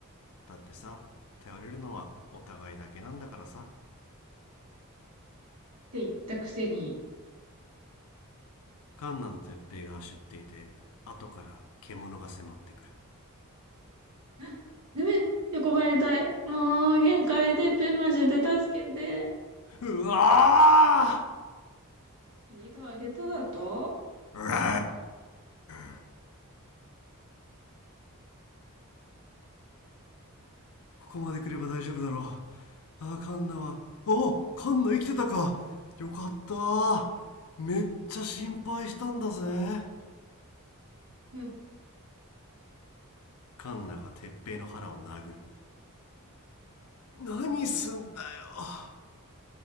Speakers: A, on the left (about 70°); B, on the right (about 85°).
A: だってさ頼れるのはお互いだけなんだからさ
B: て言ったくせに、
A: カンナと鉄平が走っていて後から獣が迫ってくる
B: あダメ、横ばいたい。もう、限界テープマジで助けて。
A: うわ
B: スピード上げただと
A: ーうわーここまで来れば大丈夫だろう。あー、カンナは、おーカンナ生きてたかよかったーめっちゃ心配したんだぜ。
B: うん。
A: カンナが鉄平の腹を殴る。何すんだよ。